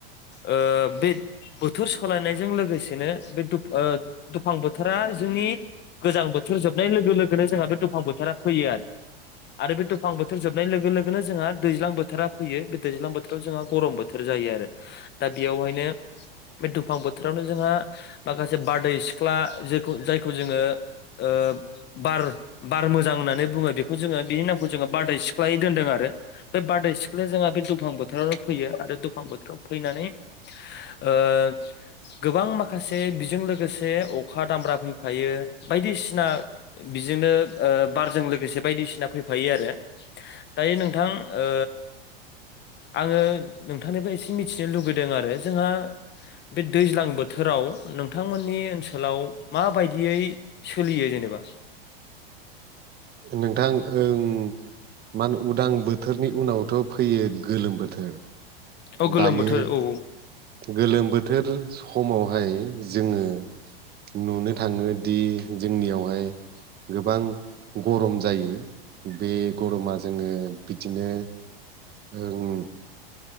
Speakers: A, on the left; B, on the right.
A: ओ बे बोथोर सोलायनायजों लोगोसेनो बे दुफ ओ दुफां बोथोरा जोंनि गोजां बोथोर जोबनाय लोगो लोगोनो जोंहा बे दुफां बोथोरा फैयो आरो आरो बे दुफां बोथोर जोबनाय लोगो लोगोनो जोंहा दैज्लां बोथोरा फैयो बे दैज्लां बोथोराव जोंहा गरम बोथोर जायो आरो दा बेयावहायनो बे दुफां बोथोरावनो जोंहा माखासे बारदै सिख्ला जेखौ जायखौ जोङो ओ बार बार मोजां होननानै बुङो बेखौ जोङो बिनि नामखौ जोङो बारदै सिख्लायै दोनदों आरो बे बारदै सिख्लाया जोंहा बे दुफां बोथोरावनो फैयो आरो दुफां बोथोराव फैनानै ओ गोबां माखासे बिजों लोगोसे अखा दामब्रा फैफायो बायदिसिना बिजोंनो ओ बारजों लोगोसे बायदिसिना फैफायो आरो दायो नोंथां ओ आङो नोंथांनिफाय एसे मिथिनो लुगैदों आरो जोंहा बे दैज्लां बोथोराव नोंथांमोननि ओनसोलाव माबायदियै सोलियो जेनेबा
B: नोंथां ओं मा होनो उदां बोथोरनि उनावथ' फैयो गोलोम बोथोर
A: अ गोलोम
B: दायो
A: बोथोर औ
B: गोलोम बोथोर समावहाय जोङो नुनो थाङोदि जोंनियावहाय गोबां गरम जायो बे गरमा जोङो बिदिनो ओं